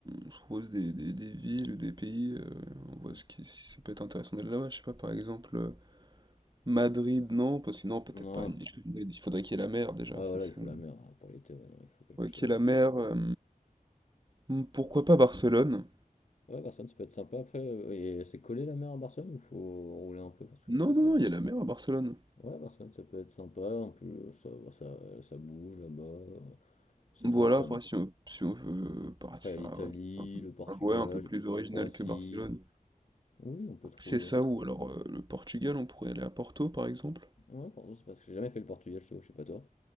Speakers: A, on the right; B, on the left.
A: on se pose des, des- des villes ou des pays, euh, on voit
B: Ouais.
A: ce qui, si ça peut être intéressant d'aller là-bas. Je sais pas, par exemple, euh, Madrid, non, parce que non, peut-être
B: Non,
A: pas une ville comme Madrid. Il faudrait qu'il y ait la mer déjà.
B: Ouais,
A: Ça,
B: voilà,
A: c'est...
B: il faut la mer hein, pour l'été, ouais, non, il faut quelque
A: faudrait
B: chose
A: qu'il
B: avec.
A: y ait la mer.
B: ça.
A: euh, hmm, pourquoi pas Barcelone?
B: Ouais, Barcelone, ça peut être sympa après. euh, et c'est collé la mer à Barcelone ou faut rouler un peu parce que
A: Non,
B: je sais
A: non,
B: pas.
A: non,
B: du-
A: il y a la mer à Barcelone.
B: Ouais, Barcelone, ça peut être sympa. En plus, euh, ça, bah, ça, ça bouge là-bas. euh, Ça
A: Voilà,
B: peut être pas
A: après,
B: mal.
A: si on, si on veut paraître
B: Après,
A: faire
B: il y a l'Italie,
A: un, un peu,
B: le Portugal,
A: un- ouais, un peu plus original
B: Croatie.
A: que Barcelone.
B: Oui, on peut trouver.
A: C'est ça ou alors euh, le Portugal, on pourrait aller à Porto par exemple.
B: Ouais, pardon, c'est parce que j'ai jamais fait le Portugal, je t'avoue, je sais pas toi.